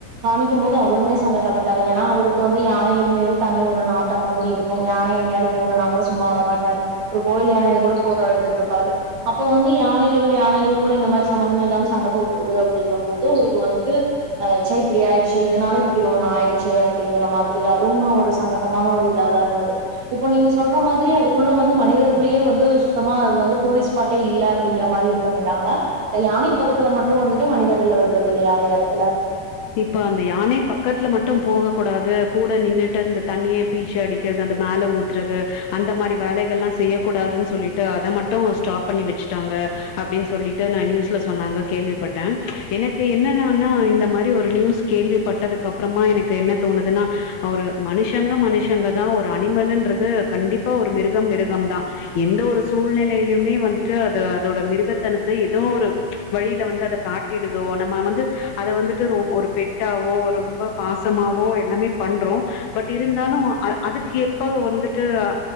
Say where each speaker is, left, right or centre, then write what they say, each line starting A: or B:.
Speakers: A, on the right; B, on the left.
A: காமிக்கு போது அவருமே சங்கட்டப்பட்டாரு ஏன்னா அவருக்கு வந்து யானைகள் மீது தனி ஒரு நாட்டம் வந்து இருக் கு யானை எங்யாது போதுனா கூட சும்மா விட மாட்டாரு ஒரு கோவில் யானைய கூட போட்டோ எடுத்துட்ருப்பாரு அப்போ வந்து யானைகள் யானைகளுக்குள்ள இந்த மாரி சம்மந்தம்மேல்லாம சண்ட போட் இருக்குது அப்படிங்கும்போது அவருக்கு வந்துட்டு ஆச்சே இப்படி ஆயிடுச்சே இதனால இப்படி ஒண்ணு ஆயிடுச்சே அப்டிங்கற மாதிரி அதுவுமு ஒரு சங்க மட்டமான ஒரு இதாதா இருந்தது இப்ப நீங்க சொல்ற மாதிரி அதுக்குள்ள வந்து மனிதர்களயே வந்து சுத்தமா அது வந்து டூரிஸ்ட் பாட்டே இல்ல அப்படிங்கிற மாரி இது பண்ணிட்டாங்களா இந்த யானை பக்கத்துல மட் டு வந்துட்டு மனிதர்கள விடுறது இல்லையா அந்த எடத்துல
B: இப்ப அந்த யானை பக்கத்துல மட்டு போக கூடாது கூட நின்னுட்டு இந்த தண்ணியே பீச்சி அடிக்கிறது அந்த மேல ஊத்துறது அந்த மாரி வேலைகள் எல்லா செய்யக்கூடாதுனு சொல்லிட்டு அத மட்டு ஸ்டாப் பண்ணி வச்சுட்டாங்க அப்டின்னு சொல்லிட்டு நா நியூஸ்ல சொன்னாங்க கேள்விப்பட்ட எனக்கு என்னான்னா இந்த மா அப்டி ஒரு நியூஸ் கேள்விப்பட்டதுக்கு அப்புறமா எனக்கு என்ன தோணுதுன்னா ஒரு மனுஷங்க மனுஷங்கதா ஒரு அனிமல்ன்றது கண்டிப்பா ஒரு மிருகம் மிருகம்தா எந்த ஒரு சூழ்நிலையிலயுமே வந்துட்டு அது அதோட மிருகத்தனத்தை ஏதோ ஒரு வழியில வந்து அதை காட் ட்டிடுதோ நம்ம வந்து அத வந்து ட்டு ஒரு பெட்டாவோ ரொம்ப பாசமாவோ எல்லாமே பண்றோ பட் இருந்தாலு அ அதுக்கு எப்ப வந்துட்டு அ